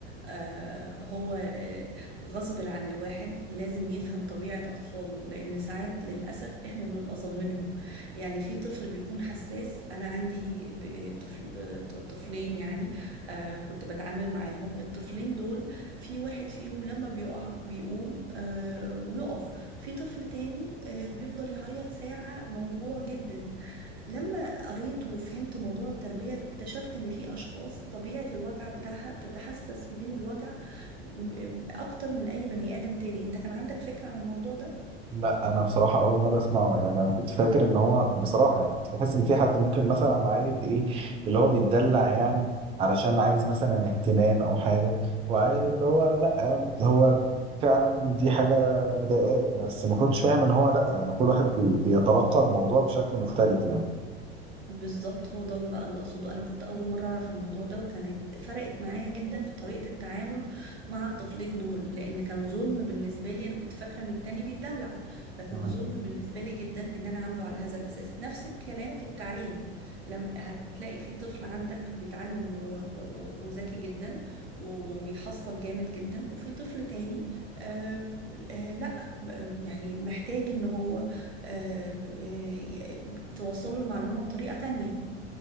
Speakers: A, on the right (about 75°); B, on the right (about 20°).
A: آه هو آه غصب عن الواحد لازم يفهم طبيعه اطفاله لان ساعات للاسف احنا بنبقى ظالمينهم يعني في طفل بيكون حساس انا عندي ب- آه، طفل آه، ط- طفلين يعني آه كنت بتعامل معاهم الطفلين دول في واحد فيهم لما بيقع بيقوم آه ويقف في طفل تاني آه بيفضل يعيط ساعه موجوع جدا لما قريت وفهمت موضوع التربية اكتشفت ان في اشخاص طبيعة الوجع بتاعها بتتحسس من الوجع م- م- اكتر من اي بني ادم تاني انت كان عندك فكرة عن الموضوع ده؟
B: لا انا بصراحه اول مره اسمعه يعني انا كنت فاكر ان هو بصراحه يعني كنت بحس ان في حد ممكن مثلا عيل ايه اللي هو بيتدلع يعني علشان عايز مثلا اهتمام او حاجه وعيل اللي هو لا هو فعلا دي حاجه مضايقاه بس ما كنتش فاهم ان هو لا يعني كل واحد بي- بيتلقى الموضوع بشكل مختلف
A: بالظبط هو ده اللي بقى اللي اقصده انا كنت اول مره اعرف الموضوع ده وكانت فرقت معايا جدا في طريقه التعامل مع الطفلين دول لان كان ظلم بالنسبه لي انا كنت فاكره ان التاني بيتدلع فكان
B: يعني
A: ظلم بالنسبه لي جدا ان انا عامله على هذا الاساس نفس الكلام في التعليم لم هتلاقي في طفل عندك بيتعلم و- و- و- وذكي جدا وبيحصل جامد جدا وفي طفل تاني آه آه لا آه، يعني محتاج ان هو آه، آه، توصل له المعلومة بطريقة تانية